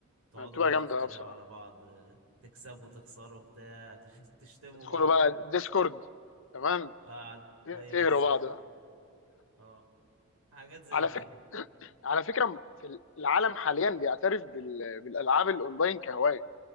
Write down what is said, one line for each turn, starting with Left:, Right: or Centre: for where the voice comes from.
Right: تقعدوا
Left: آه، بتبقى
Right: بقى
Left: جامده
Right: تتريقوا
Left: آه، بصراحه
Right: على بعض آه، تكسبوا تخسروا بتاع <laughs> تشتموا
Left: تدخلوا
Right: بعض
Left: بقى ديسكورد تمام
Right: آه، ايوه
Left: تهروا
Right: بالظبط
Left: بعض بقى
Right: اه حاجات زي
Left: على
Right: كده
Left: فكره على فكره في العالم حاليا بيعترف بال... بالالعاب الاونلاين كهوايه